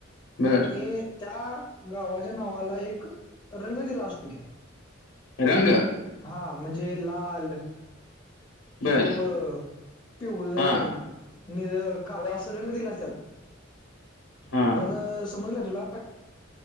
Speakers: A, on the left; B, on the left.
A: बर
B: आणि त्या गावाच्या नावाला एक रंग दिला असतोय.
A: रंग?
B: हा, म्हणजे लाल
A: बर
B: हिरव, पिवळ,
A: हा
B: निळ, काळ असं रंग दिलं असतात.
A: हा
B: म्हणजे आता, समजलं तुला?